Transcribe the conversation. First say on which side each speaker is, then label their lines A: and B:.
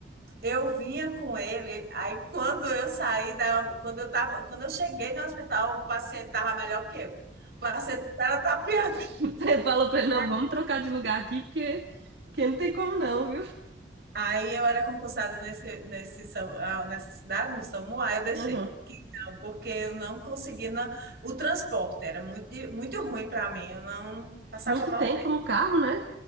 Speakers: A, on the right; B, on the right.
A: eu vinha com ele, aí quando eu saí da, quando eu tava, quando eu cheguei no hospital, o paciente tava melhor que eu. O paciente era tapeado,
B: <laughs> você falou pra ele, não,
A: né?
B: vamos trocar de lugar aqui, porque, porque não tem como não, viu?
A: Aí eu era concursada nesse, nesse, Sam- ah, nessa cidade, no SAMU, aí eu deixei.
B: Aham.
A: Que não, porque eu não conseguia, não- o transporte era muito, di- muito ruim para mim, eu não passava
B: Muito
A: mal
B: tempo no carro, né?